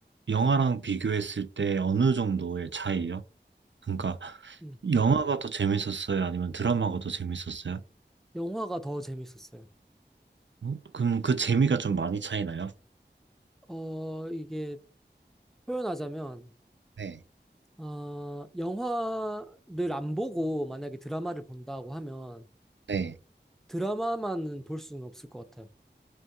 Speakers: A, on the right; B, in the centre.
A: 영화랑 비교했을 때 어느 정도의 차이요? 그러니까,
B: 음.
A: 영화가 더 재밌었어요? 아니면 드라마가 더 재밌었어요?
B: 영화가 더 재밌었어요.
A: 어? 그럼 그 재미가 좀 많이 차이나요?
B: 어, 이게 표현하자면,
A: 네,
B: 어, 영화를 안 보고 만약에 드라마를 본다고 하면
A: 네.
B: 드라마만은 볼 수는 없을 것 같아요.